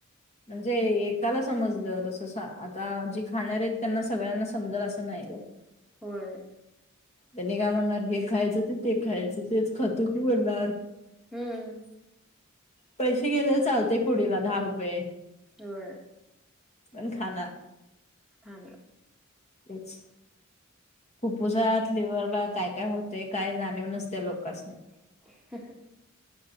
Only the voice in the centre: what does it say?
होय
हम्म
होय
खाणार
<unintelligible>